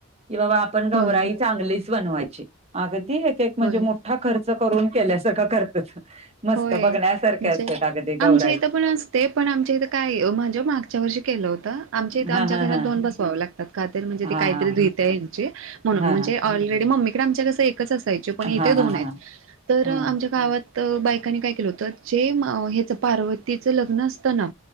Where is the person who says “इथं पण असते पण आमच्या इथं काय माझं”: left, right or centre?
Right